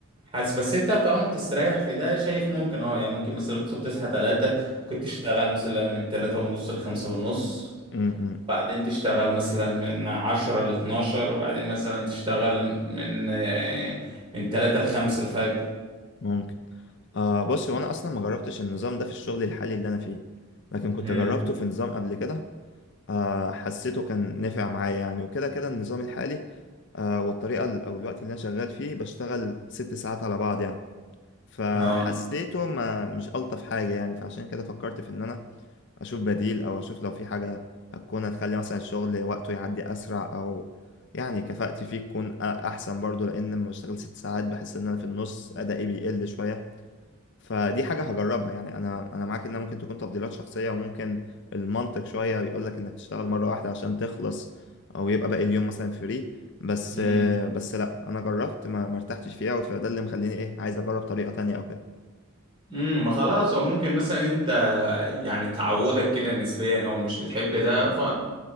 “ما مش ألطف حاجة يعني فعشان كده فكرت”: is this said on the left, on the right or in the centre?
Left